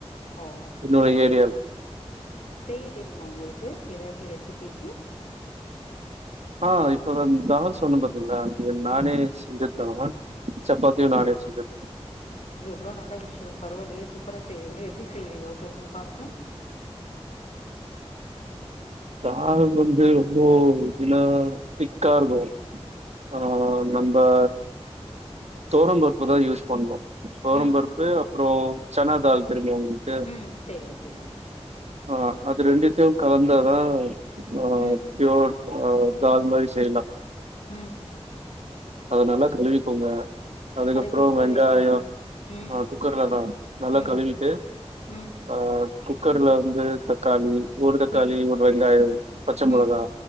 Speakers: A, on the left (about 80°); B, on the right (about 80°).
A: ஓ
B: என்னோட
A: செய்
B: ஏரியால
A: செய்ய தெரியுமா உங்களுக்கு ஏதாச்சு ரெசிபிஸ்சு
B: ஆ இப்ப தா தால் சொன்ன பாத்தீங்களா அது நானே
A: ஆ
B: செஞ்ச தருவன் சப்பாத்தியு நானே செஞ்சது
A: அ எவ்ளோ நல்ல விஷயோ பரவால்லயே சூப்பரா செய்றிங்களே எப்டி செய்றிங்க சொல்லுங்க பாப்போ
B: தா வந்து ரொம்ப இதன திக்காருக்கோ ஆ நம் ப
A: ம்
B: தோரம் பருப்பு தா யூஸ் பண்ணு தோரம்
A: ம்
B: பருப்பு அப்புறோ சனா தால் தெரியுமா உங்களுக்கு
A: ம் தெரியு தெரியு
B: ஆ அது ரெண்டுத்தையு கலந்தாதா அ
A: ம்
B: பியூர் அ தால் மாரி செய்லா
A: ம்
B: அத நல்லா கழுவிக்கோங்க அதுக்கப்புறோ
A: அது குக்கர்ல
B: வெங்காயோ
A: எப்டி ம்
B: ஆ குக்கர்லதா நல்லா
A: ம்
B: கழுவிட்டு
A: ம்
B: ஆ குக்கர்ல வந்து தக்காளி ஒரு தக்காளி
A: ம்
B: ஒரு வெங்காயோ பச்ச
A: ம்
B: மொளகா